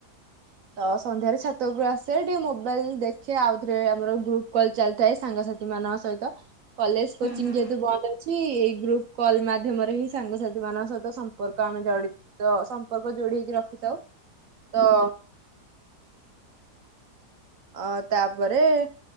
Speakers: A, on the right (about 65°); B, on the left (about 70°).
A: ତ ସନ୍ଧ୍ୟାରେ ଛାତ ଉପରକୁ ଆସ୍ ସେ ଟିକେ ମୋବାଇଲ ଦେଖେ ଆଉ ଥରେ ଆମର ଗ୍ରୁପ୍ କଲ୍ ଚାଲିଥାଏ ସାଙ୍ଗସାଥି ମାନଙ୍କ ସହିତ। କଲେଜ
B: ହୁଁ
A: କୋଚିଂ
B: ହୁଁ ହଁ
A: ଯେହେତୁ ବନ୍ଦ ଅଛି ଏଇ ଗ୍ରୁପ୍ କଲ୍ ମାଧ୍ୟମରେ ହିଁ ସାଙ୍ଗସାଥି ମାନଙ୍କ ସହିତ ସ ସମ୍ପର୍କ ଆମେ ଜଡିତ ସମ୍ପର୍କ ଯୋଡି ହେଇକି ରଖିଥାଉ ତ ଅ ତାପରେ